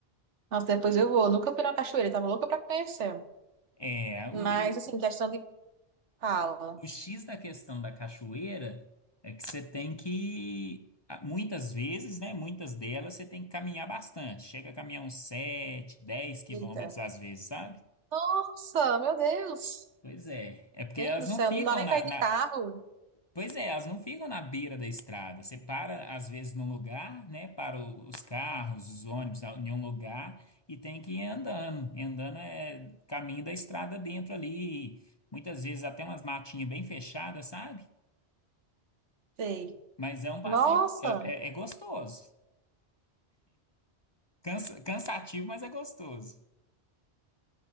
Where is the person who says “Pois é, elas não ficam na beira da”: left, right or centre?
Left